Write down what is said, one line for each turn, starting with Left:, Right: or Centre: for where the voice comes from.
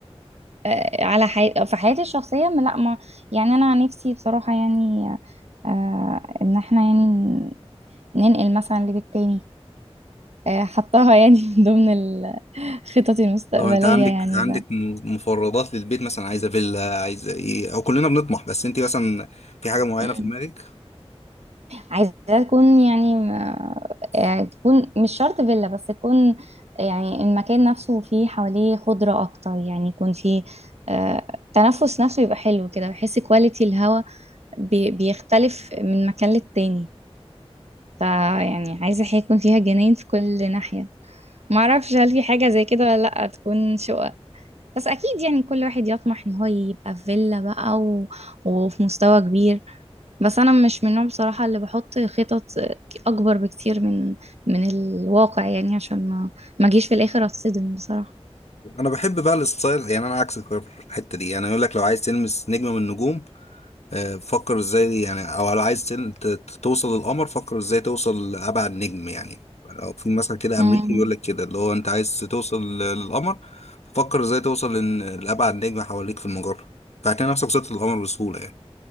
Right: آه، على حي... في حياتي الشخصية ما- لا ما يعني انا نفسي بصراحة يعني آه، ان احنا يعني ن- ننقل مثلا لبيت تاني آه، حطاها يعني <laughs> من ضمن ال- خططي المستقبلية
Left: طب انت عندك
Right: يعني
Left: عندك م- مفردات للبيت مثلا عايزه فيلا عايزه ايه او كلنا بنطمح بس انت مثلا في حاجه معينه
Right: بقى
Left: في دماغك
Right: عايزة تكون يعني ما- آه، تكون مش شرط فيلا بس تكون يعني المكان نفسه فيه حواليه خضرة أكتر يعني يكون فيه آه، تنفس نفسه يبقى حلو كده بحس كواليتي الهوا بي- بيختلف من مكان للتاني فيعني عايزة حاجة يكون فيها جناين في كل ناحية معرفش هل في حاجة زي كده ولا لأ تكون شقة بس أكيد يعني كل واحد يطمح إن هو يبقى في فيلا بقى و... وفي مستوى كبير بس انا مش من النوع بصراحة اللي بحط خطط اكبر بكتير من من الواقع يعني عشان ما ما اجيش في الاخر اتصدم بصراحة
Left: انا بحب بقى الستايل يعني انا عكسك في الحته دي يعني يقول لك لو عايز تلمس نجمه من النجوم آه، فكر ازاي يعني او لو عايز تل- ت- ت- توصل للقمر فكر ازاي توصل لابعد نجم يعني لو في مثلا كده
Right: امم
Left: امريكي يقول لك كده اللي هو انت عايز توصل ل- للقمر فكر ازاي توصل لن- لابعد نجم حواليك في المجره فهتلاقي نفسك وصلت للقمر بسهوله يعني